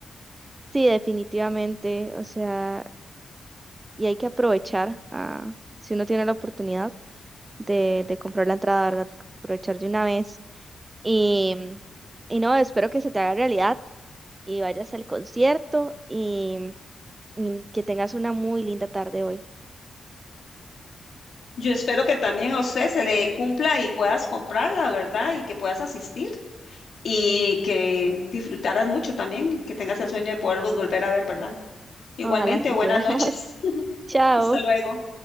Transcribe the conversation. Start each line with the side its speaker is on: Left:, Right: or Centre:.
Right: Sí, definitivamente, o sea, y hay que aprovechar, ah, si uno tiene la oportunidad de, de comprar la entrada, ¿verdad? Aprovechar de una vez. Y, y no, espero que se te haga realidad y vayas al concierto y, y que tengas una muy linda tarde hoy.
Left: Yo espero que también a usted se le cumpla y puedas comprarla, ¿verdad? Y que puedas asistir. y que disfrutaras mucho también y que tengas el sueño de poderlos volver a ver, ¿verdad? Igualmente,
Right: Ojalá así
Left: buenas
Right: sea. <laughs>
Left: noches. <laughs>
Right: Chao.
Left: Hasta luego.